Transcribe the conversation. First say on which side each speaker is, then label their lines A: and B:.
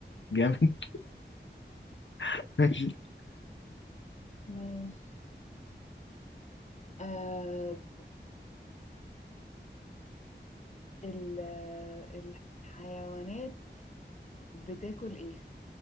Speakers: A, on the left (about 80°); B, on the left (about 40°).
A: جامد <laughs> ماشي
B: ماشي آه... ال... الحيوانات بتاكل ايه